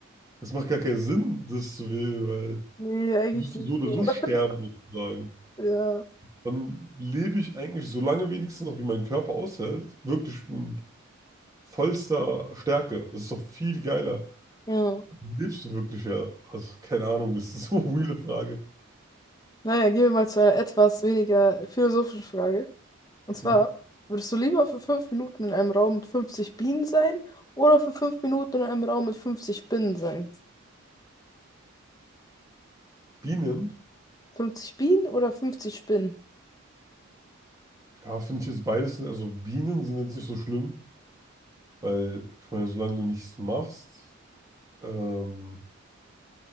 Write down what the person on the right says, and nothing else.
das macht gar keinen Sinn, das zu wählen, weil
du
wirst so
oder
so sterben, sozusagen.
Dann lebe ich eigentlich so lange wenigstens noch, wie mein Körper aushält, wirklich in vollster Stärke. Das ist doch viel geiler.
Lebst du wirklich ja? Also, keine Ahnung, das ist <laughs> so eine weirde Frage.
Mhm.
Bienen?
Ja, finde ich jetzt beides, also Bienen sind jetzt nicht so schlimm, weil, ich meine, solange du nichts machst, ähm,